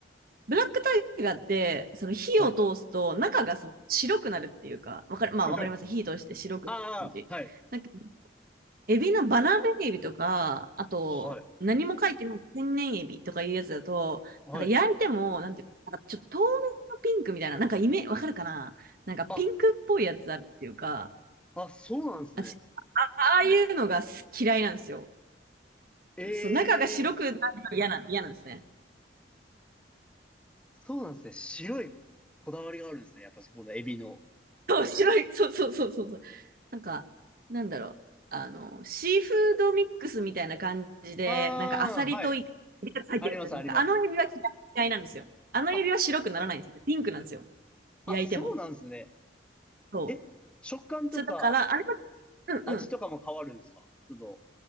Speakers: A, on the right; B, in the centre.
A: ブラックタイガーって、その火を通すと中がその白くなるっていうか、
B: はい、
A: わかる、
B: はい。
A: まあわかります。火通して白くなる感じ。
B: <laughs> あー、はい。
A: なんかエビのバランエビとか、あと、
B: はい、
A: 何も書いてない天然エビとかいうやつだと、
B: はい。
A: なんか焼いても、なんていうの、なんかちょっと透明のピンクみたいな、なんかイメ、わかるかななんかピンクっぽいやつあるっていうか、
B: あ、あ、そうなんですね。
A: 私あ、ああいうのがす嫌いなんですよ。
B: ええ
A: そう、中が白くないと嫌な、嫌なんですね。
B: ー、そうなんですね。白いこだわりがあるんですね。やっぱそこのエビの。
A: そう白い、そうそうそうそうそう。なんか、なんだろう。あの、シーフードミックスみたいな感じで、
B: あー、
A: なんかアサリとイカイカが入ってるやつあるじゃないですか。
B: はい。あります、あります。
A: あのエビは嫌い嫌いなんですよ。あのエビは白くならないんですよ。
B: あ、
A: ピンクなんですよ。
B: あ、
A: 焼いても。
B: そうなんですね。
A: そう。
B: え、食感とか
A: そうだから、あれは、うんうん。
B: 味とかも変わるんですかその、